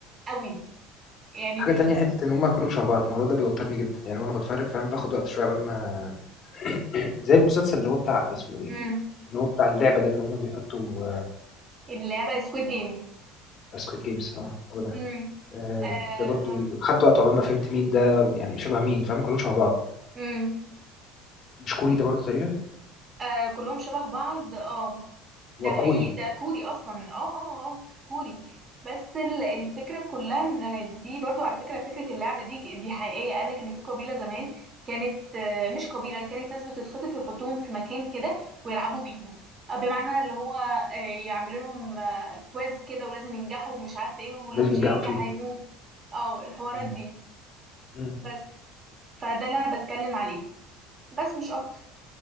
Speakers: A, on the right; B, on the left.
A: قوي يعني
B: حاجه تانية حته ان هم كلهم شبه بعض الموضوع ده بيوترني جدا يعني وانا بتفرج فاهم باخد وقت شويه قبل ما زي المسلسل اللي هو بتاع اسمه ايه
A: امم
B: اللي هو بتاع اللعبة ده اللي هم بيحطوا
A: اللعبة سكويد جيم
B: سكويد جيمز اه هو ده
A: امم
B: آه،
A: آه
B: ده برضو
A: آه
B: خدت وقت عقبال ما فهمت مين ده يعني شبه مين فاهم كلهم شبه بعض
A: امم
B: مش كوري ده برضو تقريبا
A: آه كلهم شبه بعض اه ده
B: وكوري
A: حقيقي ده كوري اصلا اه اه اه كوري بس ال- الفكره كلها ان دي برضو على فكره فكره اللعبه دي دي حقيقيه قالك ان في قبيله زمان كانت آه، مش قبيله كانت ناس بتتخطف ويحطوهم في مكان كده ويلعبوا بيهم آه، بمعنى اللي هو آه، يعملوا لهم آه، كويز كده ولازم ينجحوا ومش عارف ايه ولو
B: ولازم
A: مش
B: ينجحوا
A: هينجح
B: فيه
A: هيموت اه الحوارات
B: م-
A: دي
B: م-
A: بس فده اللي انا بتكلم عليه بس مش اكتر